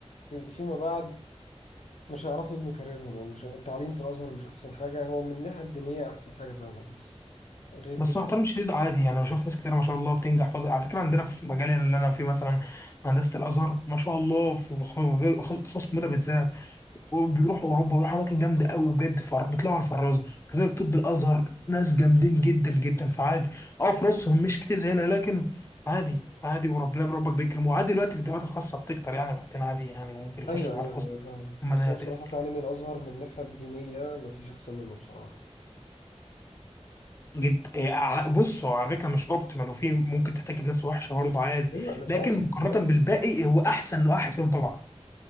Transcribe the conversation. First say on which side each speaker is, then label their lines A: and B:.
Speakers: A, on the left; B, on the left.
A: في- فيما بعد مش هيعرفوا يبنوا كاريرهم أو مش التعليم في الأزهر مش أحسن حاجة هو من الناحية الدينية أحسن حاجة فعلا بس غير
B: بس
A: كده
B: مع احترامي الشديد عادي يعني بشوف ناس كتير ما شاء الله بتنجح فظ... على فكره عندنا في مجالي اللي انا فيه مثلا هندسه الازهر ما شاء الله في خ- خصوص الكمبيوتر بالذات وبيروحوا اوروبا ويروحوا اماكن جامده قوي بجد فر- بيطلعوا على الفرازه كذلك طب الازهر ناس جامدين جدا جدا فعادي اه فلوسهم مش كتير زينا لكن عادي عادي وربنا ربك بيكرم وعادي دلوقتي الجامعات الخاصه بتكتر يعني بعدين عادي يعني وممكن يخش
A: أيوه
B: جامعات
A: أيوه
B: خاصه
A: أيوه فاهمك
B: اما
A: بس
B: ده
A: هو
B: هتقفل
A: بصراحة تعليم الأزهر من الناحية الدينية مفيش أحسن منه بصراحة
B: جد إيه، ع- بص هو على فكره مش اوبتيمال وفي ممكن تحتاج بناس وحشه برضه عادي
A: أيوه أنا فاهم
B: لكن مقارنه
A: أنا فاهم
B: بالباقي إيه، هو احسن واحد فيهم طبعا